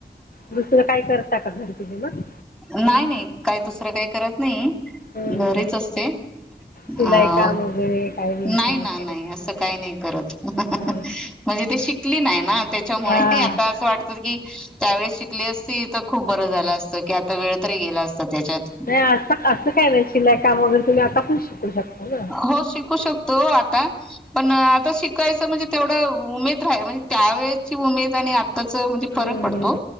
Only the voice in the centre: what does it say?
नाय नाय काय दुसरं काय करत नाही.
घरीच असते अं
नाय ना
नाय
असं
काय
नाय करत म्हणजे
ते शिकली नाही ना त्याच्यामुळे
आता असं वाटत की त्यावेळे शिकली असती तर खूप बरं झालं असतं की आता वेळ तरी गेला असता त्याच्यात.
हो शिकू शक तो आता. पण आता शिकायचं म्हणजे तेवढं उमेद राह, म्हणजे त्यावेेळेची उमेद आणि आता त्याच म्हणजे फरक
पडतो,